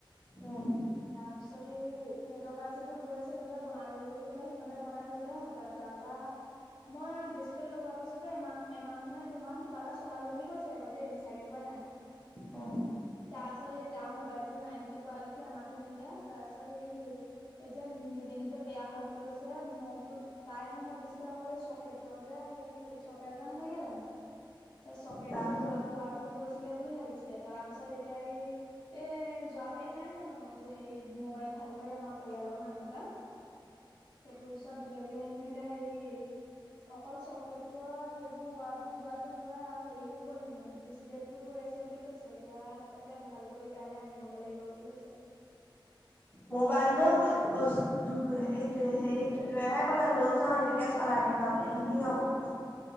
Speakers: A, on the left; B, on the left.
A: উম
B: তাৰ পিছত হেৰি নেটৱৰ্ক আৰচিতো গৈ আছে তহতে বনাই ল'বি বুলি ক'লে সিহঁতে বনাই ললে হ'পাই তাপা মই ডিচপ্লে লগোৱা পাছতে এমাহ এমাহ নে দুমাহ কিবা এটা চলালো বুলি কৈছে আকৌ দেই মিছাকে কোৱা নাই
A: অ
B: তাৰ পাছত সেই তাৰ মোবাইলটো নাই বুলি কোৱা দেখি আমাতো নিলে তাৰ পিছত সেই এতিয়া নিজে নিজে বেয়া হল বুলি কৈছে মই বোলো তাই হেনে ভাবিছিলে অকলে চকে-ট যে চকেট এটা নাথাকে জানো সেই চকেট
A: তাৰ
B: টোৰ ৱাৰবোৰ গৈছে হোলে বুলি ভাবিছিলে তাৰপাছত এতিয়া এই এ জুৱাবাৰীত নাই জানো এ হেৰি মবাইল ভাল ভাল পাই আমাৰ পৰিয়ালৰ মানুহ এটা সেইটোৰ ওচৰত দিলেগে হেনো এতিয়া হে ই অকল চকেটো আও সেইবোৰ ৱাৰ বোৰ যোৱাতো যোৱাই আৰু হেৰিও গ'ল হেনো ডিচপ্লেট টো গৈ আছে বুলি কৈছে এতিয়া কৈছে ভাল কৰি কাইলে আনিবগে লাগিব বুলি কৈছে
A: মোবাইলটো অ দু হেইটোৱে হেই তুতুয়েহে কলে লৈ যোৱা এইটোকে চলাই কিবা বুলে সি অংকুচ